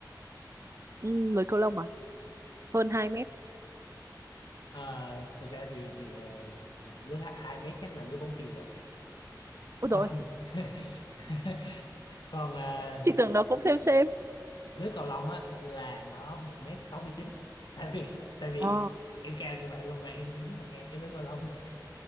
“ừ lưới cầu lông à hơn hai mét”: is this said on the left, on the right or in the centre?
Right